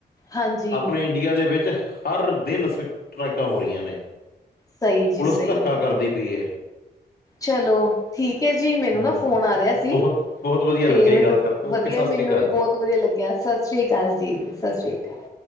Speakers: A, on the left (about 20°); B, on the left (about 60°).
A: ਹਾਂਜੀ
B: ਆਪਣੇ ਇੰਡੀਆ ਦੇ ਵਿੱਚ ਹਰ ਦਿਨ ਸਟਰੈਕਾਂ ਹੋ ਰਹੀਆਂ ਨੇ।
A: ਸਹੀ
B: ਪੁਲਿਸ
A: ਜੀ ਸਹੀ।
B: ਧੱਕਾ ਕਰਦੀ ਪਈ ਹੈ
A: ਚਲੋ ਠੀਕ ਏ ਜੀ। ਮੈਨੂੰ
B: ਹੂੰ
A: ਨਾ ਫੋਨ ਆ ਰਿਹਾ ਸੀ
B: ਬਹੁਤ ਬਹੁਤ ਵਧੀਆ
A: ਤੇ
B: ਲੱਗਿਆ ਜੀ
A: ਮੈਨੂੰ
B: ਗੱਲ ਕਰਕੇ ਓਕੇ
A: ਵਧੀਆ
B: ਸਤਿ
A: ਮੈਨੂੰ
B: ਸ੍ਰੀ ਅਕਾਲ
A: ਵੀ
B: ਜੀ
A: ਬਹੁਤ ਵਧੀਆ ਲੱਗਿਆ ਸਤਿ ਸ੍ਰੀ ਅਕਾਲ ਜੀ, ਸਸਰੀ
B: ਓਕੇ
A: ਅਕਾਲ।